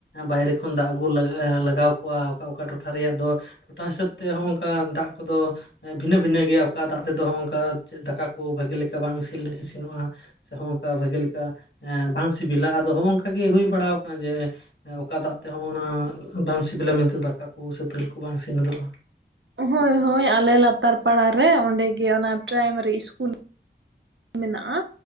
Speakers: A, on the left; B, on the right.
A: ᱵᱟᱭᱨᱮ ᱠᱷᱚᱱ ᱫᱟᱜ ᱟᱹᱜᱩ ᱞᱟᱜᱟᱜ-ᱟ ᱞᱟᱜᱟᱣ ᱠᱚᱣᱟ ᱚᱠᱟ ᱚᱠᱟ ᱴᱚᱴᱷᱟ ᱨᱮᱭᱟᱜ ᱫᱚ ᱴᱚᱴᱷᱟ ᱦᱤᱥᱟᱹᱵ ᱛᱮ ᱦᱚᱸᱜᱼᱚᱝᱠᱟ ᱫᱟᱜᱽ ᱠᱚᱫᱚᱼᱼ ᱵᱷᱤᱱᱟᱹ ᱵᱷᱤᱱᱟᱹ ᱜᱮᱭᱟ, ᱚᱠᱟ ᱫᱟᱜᱽ ᱛᱮᱫᱚ ᱦᱚᱸᱜ-ᱚᱝᱠᱟ ᱫᱟᱠᱟ ᱠᱚ ᱵᱷᱟᱹᱜᱤ ᱞᱮᱠᱟ ᱵᱟᱝ ᱤᱥᱤᱱ ᱤᱥᱤᱱᱚᱜᱼᱟ ᱾ ᱦᱚᱸᱜ ᱚᱝᱠᱟ ᱵᱷᱟᱜᱤ ᱞᱮᱠᱟ ᱮᱸ ᱵᱟᱝ ᱥᱤᱵᱤᱞᱟ ᱟᱫᱚ ᱦᱚᱸᱜᱼᱚᱝᱠᱟ ᱜᱮ ᱦᱩᱭ ᱵᱟᱲᱟᱣ ᱟᱠᱟᱱᱟ ᱡᱮᱼᱼ ᱚᱠᱟ ᱫᱟᱜᱽ ᱛᱮ ᱦᱚᱸᱜ-ᱱᱟ ᱵᱟᱝ ᱥᱤᱵᱤᱞᱟ ᱢᱮᱱᱛᱮ ᱫᱟᱠᱟ ᱠᱚ ᱥᱮ ᱫᱟᱹᱞ ᱠᱚ ᱵᱟᱝ ᱤᱥᱤᱱ ᱦᱚᱫᱚᱜᱼᱟ ᱾
B: ᱦᱳᱭ ᱦᱳᱭ ᱟᱞᱮ ᱞᱟᱛᱟᱨ ᱯᱟᱲᱟ ᱨᱮ ᱚᱸᱰᱮ ᱜᱮ ᱚᱱᱟ ᱯᱨᱟᱭᱢᱟᱨᱤ ᱤᱥᱠᱩᱞᱼᱼ ᱢᱮᱱᱟᱜᱼᱟ,